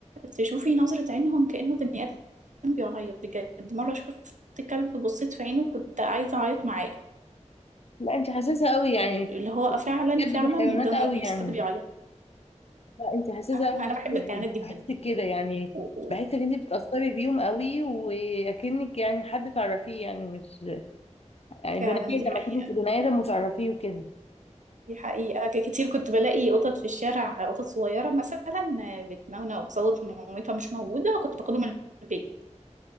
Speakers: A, on the right; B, on the left.
A: تشوفي نظرة عينهم كأنه بني آدم بيعيط بجد مرة شفت كلب بصيت في عينه كنت عايزة أعيط معاه
B: لا انت حساسه قوي يعني
A: اللي هو
B: بتحسي
A: فعلا
B: بجد
A: فعلا
B: بالحيوانات
A: ده أنا
B: قوي يعني
A: بس حد بيعيط
B: لا انت حساسه
A: <laughs>
B: قوي
A: أنا
B: في
A: بحب
B: الحتة
A: الحيوانات
B: دي.
A: جدا
B: بحسك
A: جدا
B: كده يعني
A: و- و-
B: بحس ان انت بتتاثري بيهم قوي واكنك يعني حد تعرفيه يعني مش يعني بني
A: فعلا
B: ادم
A: دي حقيقة
B: اكنك بني ادم وتعرفيه وكده
A: دي حقيقة ك- كتير كنت بلاقي قطط في الشارع قطط صغيرة مثلا بتنونة وبصوت مامتها مش موجودة كنت باخدهم البيت